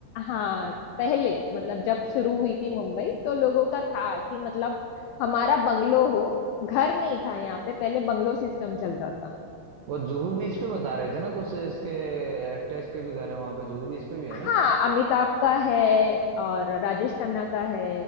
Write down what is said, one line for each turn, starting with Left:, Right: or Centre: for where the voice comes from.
Left: हाँ पहले मतलब जब शुरू हुई थी मुंबई तो लोगों का था कि मतलब हमारा बंगलो हो घर नहीं था यहाँ पे पहले बंगलो सिस्टम चलता था
Right: वो जुहू बीच पे बता रहे थे ना कुछ इसके एक्टर्स के भी घर है वहाँ पे जुहू बीच पे भी है
Left: हाँ
Right: ना
Left: अमिताभ का है और राजेश खन्ना का है